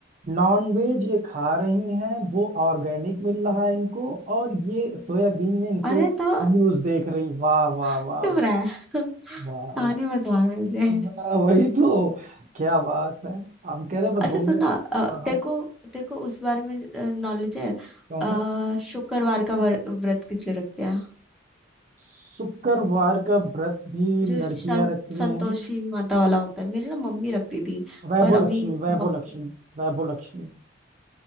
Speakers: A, on the right; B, in the centre.
A: नॉनवेज
B: हम्म।
A: ये खा रही हैं वो ऑर्गेनिक मिल रहा है इनको और ये सोयाबीन में इनको
B: अरे तो <laughs>
A: न्यूज़ देख रही वाह वाह वाह
B: चुप
A: वाह
B: रहा है <laughs>
A: वाह
B: ताने
A: वाह
B: मत मार मुझे
A: वाह, वही तो क्या बात है हम कह रहे हैं,
B: अच्छा
A: बोले
B: सुनना अ,
A: हाँ हाँ
B: तेरे को तेरे को उस बारे में नॉलेज है
A: कौन
B: अ,
A: सा
B: शुक्रवार का वर- व्रत किस लिए रखते हैं
A: शुक्रवार का व्रत भी
B: जो
A: लड़कियां
B: शन-
A: रखती
B: संतोषी
A: हैं
B: माता वाला होता है मेरी ना मम्मी रखती थी
A: वैभव
B: पर अभी
A: लक्ष्मी वैभव
B: मम्मी
A: लक्ष्मी वैभव लक्ष्मी